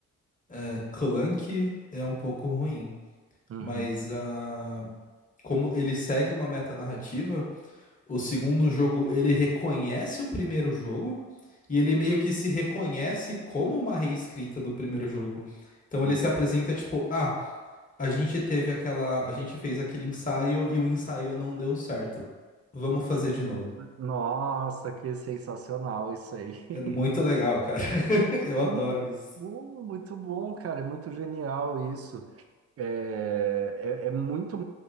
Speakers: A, on the left; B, on the right.
A: é, clunky, é um pouco ruim.
B: Uhum.
A: Mas a como ele segue uma metanarrativa, o segundo jogo ele reconhece o primeiro jogo e ele meio que se reconhece como uma reescrita do primeiro jogo. Então
B: Uhum,
A: ele se apresenta tipo, ah, a gente teve aquela, a gente fez aquele ensaio e o ensaio não deu certo. Vamos fazer de
B: uhum.
A: novo.
B: Nossa, que sensacional isso aí. <laughs>
A: É muito legal, cara. <laughs> Eu
B: Muito
A: adoro isso.
B: bom, muito bom, cara. É muito genial isso. É, é, é muito,